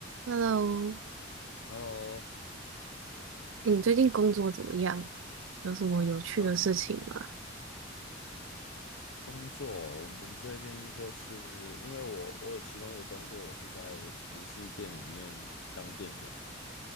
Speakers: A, on the right; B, on the left.
A: Hello，
B: Hello，
A: 你最近工作怎么样？有什么有趣的事情吗？
B: 呃，工作，我们最近就是因为我我有其中一个工作，我是在服饰店里面当店员，